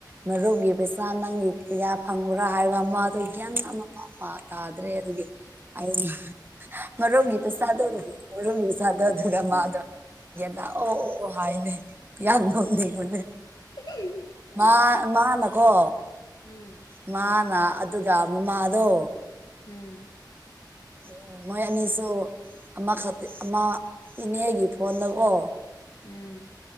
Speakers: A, on the right; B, on the left.
A: ꯃꯔꯨꯞꯒꯤ ꯄꯩꯁꯥ ꯅꯪꯒꯤ ꯀꯌꯥ ꯐꯪꯕ꯭ꯔꯥ ꯍꯥꯏꯔꯒ ꯃꯗꯨ ꯒꯌꯥꯟ ꯑꯃꯐꯥꯎ ꯇꯥ ꯇꯥꯗ꯭ꯔꯦ ꯑꯗꯨꯒꯤ ꯑꯩꯅ ꯃꯣꯔꯣꯛꯃꯦꯠꯄ ꯆꯥꯗꯣ ꯃꯣꯔꯣꯛ <unintelligible>
B: ꯎꯝ
A: ꯑꯗꯨꯒ ꯑꯗꯣ <unintelligible> ꯑꯣ ꯑꯣ ꯑꯣ ꯍꯥꯏꯅꯦ ꯌꯥꯝ ꯅꯣꯛꯅꯤꯕꯅꯦ
B: <inaudible>
A: ꯃꯥ ꯃꯥꯅꯀꯣ
B: ꯎꯝ
A: ꯃꯥꯅ ꯑꯗꯨꯒ ꯃꯃꯥꯗꯣ
B: ꯎꯝ
A: ꯑꯣ ꯃꯣꯏ ꯑꯅꯤꯁꯨꯣ ꯑꯥ ꯑꯃꯥ ꯏꯅꯦꯒ ꯐꯣꯟ ꯅꯀꯣ
B: ꯎꯝ